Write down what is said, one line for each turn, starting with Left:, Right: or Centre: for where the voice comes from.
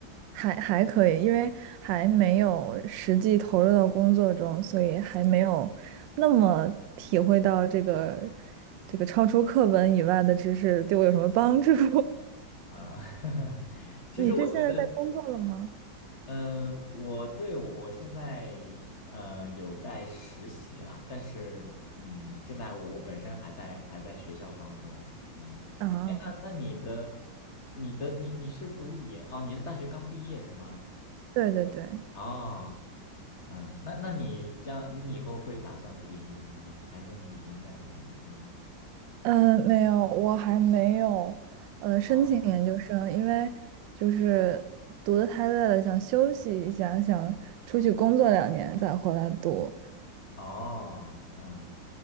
Right: 还还可以，因为还没有实际投入到工作中，所以还没有那么体会到这个这个超出课本以外的知识对我有什么帮助。<laughs>
Left: 啊，<laughs> 其实我觉得。
Right: 你是现在在工作了吗？
Left: 嗯，我对我现在呃有在实习啦，但是嗯，现在我我本身还在还在学校当中，嗯，
Right: 啊，
Left: 哎，那那你的你的你你是读研哦，你是大学刚毕业是吗？
Right: 对对对，
Left: 哦，嗯，那那你将你以后会打算读研究生吗？还是说你已经在读研究生了呢？
Right: 嗯，没有，我还没有呃申请研究生，
Left: 啊。
Right: 因为就是读的太累了，想休息一下，想出去工作两年再回来读。
Left: 哦，嗯，